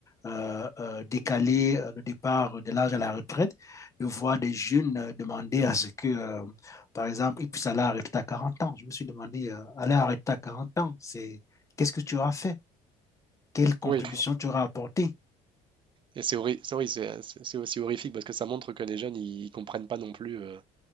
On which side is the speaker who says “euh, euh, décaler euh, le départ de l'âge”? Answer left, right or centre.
Left